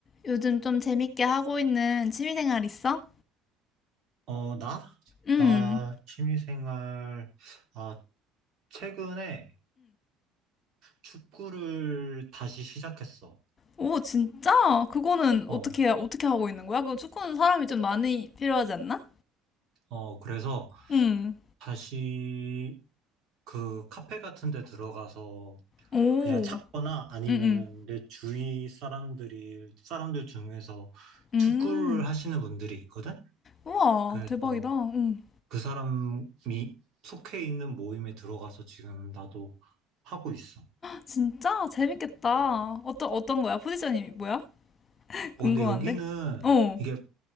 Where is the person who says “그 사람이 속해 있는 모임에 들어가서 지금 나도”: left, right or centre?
Right